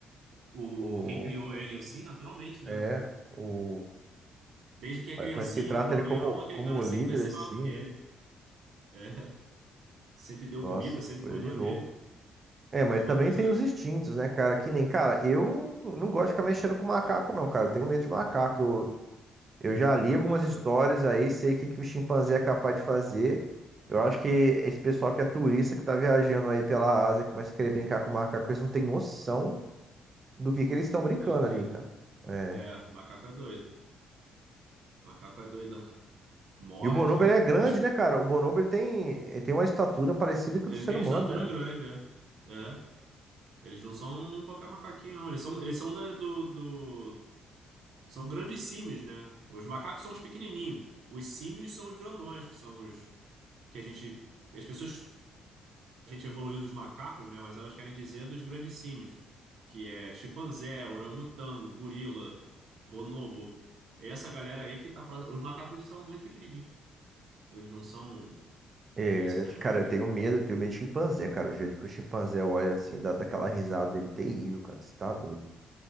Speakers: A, on the right (about 70°); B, on the right (about 35°).
A: o,
B: o,
A: quem criou ele assim, naturalmente, né?
B: é, o,
A: Desde que é criancinha
B: parece que ele trata
A: pro
B: ele
A: leão,
B: como,
A: aquele
B: como
A: cara sempre
B: líder,
A: vai ser
B: assim,
A: maior do que
B: né?
A: ele. É, <laughs> sempre deu
B: Nossa,
A: comida, sempre
B: coisa
A: cuidou
B: de louco.
A: dele.
B: É, mas
A: É uma
B: também
A: coisa.
B: tem os instintos, né, cara? Que nem, cara, eu não gosto de ficar mexendo com macaco,
A: É,
B: não, cara. Eu tenho medo de macaco. Eu, eu já li
A: macaco
B: algumas histórias aí, sei o que, que o chimpanzé é capaz de fazer. Eu acho que esse pessoal que é turista, que tá viajando aí pela Ásia, começa a querer brincar com macaco, eles não têm noção do que, que eles estão
A: <laughs>
B: brincando
A: do que.
B: ali, cara. É.
A: É, macaco é doido. Macaco é doido. <laughs> Morde.
B: E o bonobo, ele é grande,
A: Eles,
B: né, cara? O bonobo, ele tem, ele tem uma estatura parecida com
A: ele
B: a do ser
A: tem
B: humano,
A: a estatura
B: né?
A: grande, é. É. Eles não são qualquer macaquinho, não. Eles são, eles são da- do, do. São grandes símios, né? Os macacos são os pequenininhos. Os símios são os grandões, que são os. Que a gente. que As pessoas a gente evoluiu dos macacos, né? Mas elas querem dizer dos grandes símios, que é chimpanzé, orangotango, gorila, bonobo. É Essa galera aí que tá pra... Os macacos são muito pequenininhos. Eles não são
B: É,
A: que nem esses
B: eu
A: animais.
B: te- cara, eu tenho medo, eu tenho medo de chimpanzé, cara. O jeito que o chimpanzé olha assim, dá daquela risada dele, terrível, cara. Você tá doido?